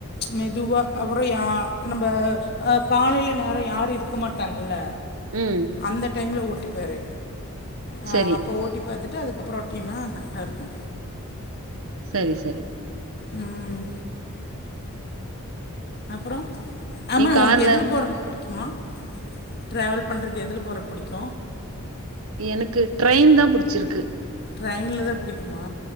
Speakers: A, on the left; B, on the right.
A: மெதுவா அப்புறோ நம்ப காலையில நேரோ யாரு இருக்க மாடாங்கில்ல
B: ம்
A: அந்த டைம்ல ஓட் டிப்பாரு ஆ
B: சரி
A: அப்ப ஓட்டி பாத்து ட்டு அதுக்கப்புறோ ரொட்டினா கரெக்டா இருக்கு
B: சரி சரி
A: ம் அப்புறோ ஆமா
B: நீ கார்
A: உனக்கு எதுல
B: வே
A: போற புடிக்குமா டிரவல் பண்றக்கு எதுல போற புடிக்கு
B: எனக்கு ட்ரெயின்தா புடிச்சிருக்கு
A: ட்ரைன்லதா புடிக்குமா